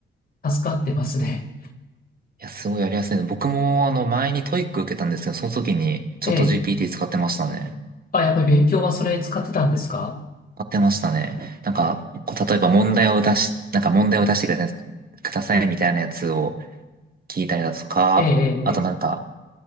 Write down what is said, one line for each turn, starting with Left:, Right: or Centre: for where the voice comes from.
Left: 助かってますね。
Right: や、すごいやりやすいね。僕も、あの、前にトイック受けたんですけど、その時に、チャット
Left: ええ。
Right: GPT 使ってましたね。
Left: あ、やっぱり勉強はそれ使ってたんですか
Right: 使ってましたね。なんか、こう例えば問題を出し、なんか問題を出してください、くださいみたいなやつを聞いたりだとか、
Left: ええ、
Right: あとなんか、